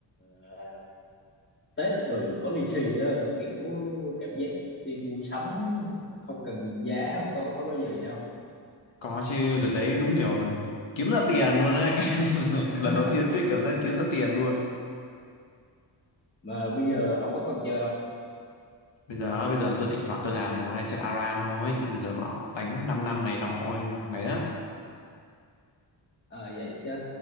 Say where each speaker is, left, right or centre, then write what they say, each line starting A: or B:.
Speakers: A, on the left (about 25°); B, on the left (about 85°).
A: ờ, Tết rồi có lì xì á kiểu cảm giác đi mua sắm không cần nhìn giá không có có bao giờ vậy không
B: có chứ đợt đấy đúng kiểu kiếm ra tiền luôn đấy <laughs>
A: <laughs>
B: lần đầu tiên biết cảm giác kiếm ra tiền luôn
A: mà bây giờ ông có còn chơi không
B: bây giờ bây giờ tôi thỉnh thoảng tôi làm một hai trận ARAM thôi chứ bây giờ bảo đánh 5 năm này nọ mày đó
A: Ờ, vậy chứ